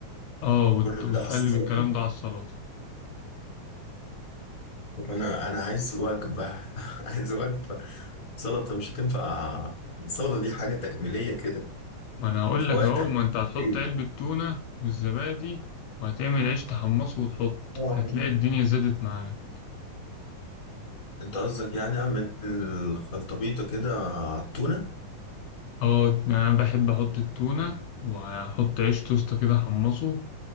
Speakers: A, on the left; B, on the left.
A: اه وت...
B: كل ده
A: وتقلب
B: على السلطة
A: الكلام ده على السلطة
B: طب انا انا عايز وجبة <laughs> عايز وجبة سلطة مش هتنفع السلطة دي حاجة تكميلية كده
A: ما انا هقول
B: من فواتح
A: لك اهو ما انت هتحط
B: ايه
A: علبة تونة والزبادي وهتعمل عيش تحمصه وتحط
B: آه.
A: فهتلاقي الدنيا زادت معاك
B: انت قصدك يعني اعمل خلطبيطة كده على التونة
A: اه يعني انا بحب احط التونة وهحط عيش توست كده حمصه